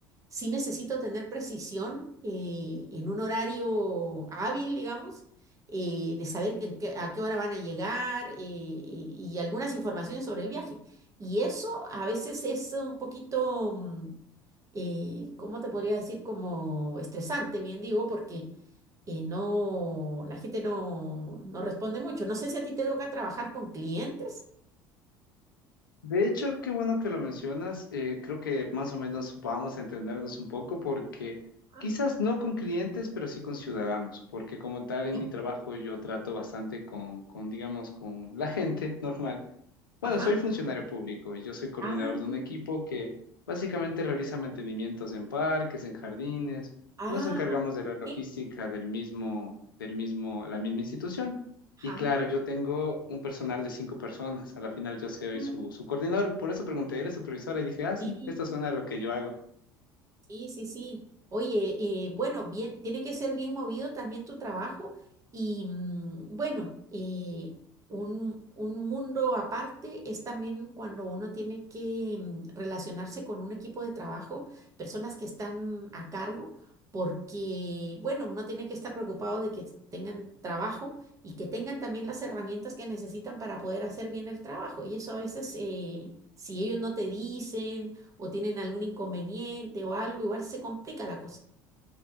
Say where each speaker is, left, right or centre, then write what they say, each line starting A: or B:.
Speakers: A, on the right; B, on the left.
A: sí necesito tener precisión eh, en un horario hábil, digamos. eh, de saber en qué- a qué hora van a llegar eh, y y algunas informaciones sobre el viaje. Y eso a veces es un poquito, mm, eh, ¿cómo te podría decir? Como estresante, bien digo, porque eh, no, la gente no, no responde mucho. No sé si a ti te toca trabajar con clientes.
B: De hecho, qué bueno que lo mencionas. eh, creo que más o menos vamos a entendernos un poco porque
A: Ah,
B: quizás no con clientes, pero sí con ciudadanos, porque como tal en
A: Sí.
B: mi trabajo yo trato bastante con, con digamos, con la gente normal. Bueno,
A: Ajá.
B: soy funcionario público y yo soy coordinador
A: Ah,
B: de un equipo que básicamente realiza mantenimientos en parques, en jardines.
A: Ah,
B: Nos encargamos de la logística
A: sí,
B: del mismo, del mismo, la misma institución.
A: ajá.
B: Y claro, yo tengo un personal de cinco personas. A la final yo soy
A: mm,
B: su, su coordinador. Por eso pregunté, ¿eres supervisora? Y dije, ah, sí,
A: Sí,
B: esto suena a lo que yo hago.
A: Sí, sí, sí. Oye, eh, bueno, bien, tiene que ser bien movido también tu trabajo y mm, bueno, eh, un, un mundo aparte es también cuando uno tiene que mm, relacionarse con un equipo de trabajo, personas que están a cargo, porque bueno, uno tiene que estar preocupado de que tengan trabajo y que tengan también las herramientas que necesitan para poder hacer bien el trabajo y eso a veces, eh, si ellos no te dicen o tienen algún inconveniente o algo, igual se complica la cosa.